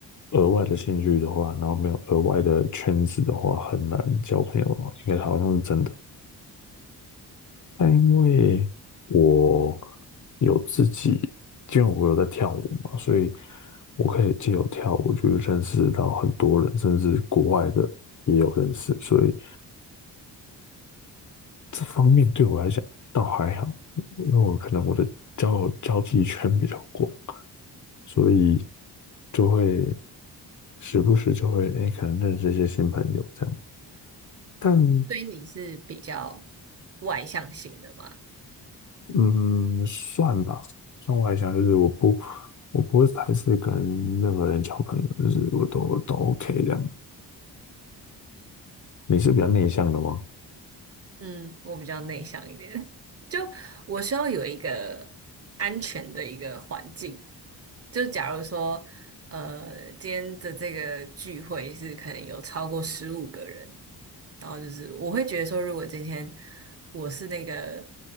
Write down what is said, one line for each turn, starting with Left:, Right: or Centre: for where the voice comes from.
Left: 额外的兴趣的话，然后没有额外的圈子的话，很难交朋友，应该好像是真的。但因为我有自己，因为我有在跳舞嘛，所以我可以借由跳舞去认识到很多人，甚至国外的也有认识，所以这方面对我来讲倒还好，因为我可能我的交友交际圈比较广，所以就会时不时就会哎，诶可能认识一些新朋友这样。但
Right: 所以你是比较外向型的吗？
Left: 嗯，算吧，算外向，就是我不，我不会排斥跟任何人交朋友，就是我都都 OK 这样。你是比较内向的吗？
Right: 嗯，我比较内向一点，<laughs> 就我需要有一个安全的一个环境。就假如说，呃，今天的这个聚会是可能有超过十五个人，然后就是我会觉得说，如果今天我是那个